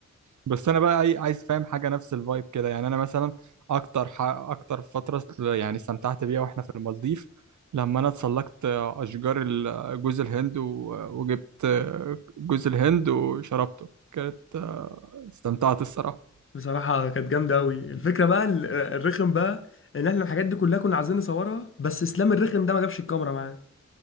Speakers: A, on the right (about 75°); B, on the left (about 45°).
A: بس انا بقى عاي- عايز فاهم حاجه نفس الفايب كده يعني انا مثلا اكتر ح... اكتر فتره يعني استمتعت بيها واحنا في المالديف لما انا اتسلقت اشجار ال- جوز الهند و... وجبت جوز الهند وشربته كانت استمتعت الصراحه
B: بصراحة كانت جامدة أوي الفكرة بقى ال- الرخم بقى إن إحنا الحاجات دي كلها كنا عايزين نصورها بس إسلام الرخم ده ما جابش الكاميرا معاه